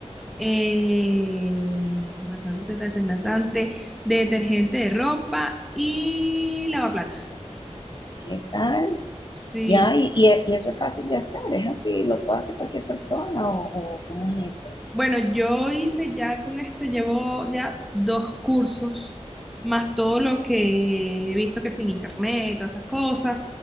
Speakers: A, in the centre; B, on the left.
A: eh, desmanchador de posetas, desengrasante, detergente de ropa y lavaplatos.
B: ¿Qué tal?
A: Sí,
B: Ya, y, y, es y es re fácil de hacer, es así, lo puede hacer cualquier persona o, o cómo es eso.
A: Bueno, yo hice ya con esto, llevo ya dos cursos, más todo lo que he visto que sin internet, todas esas cosas.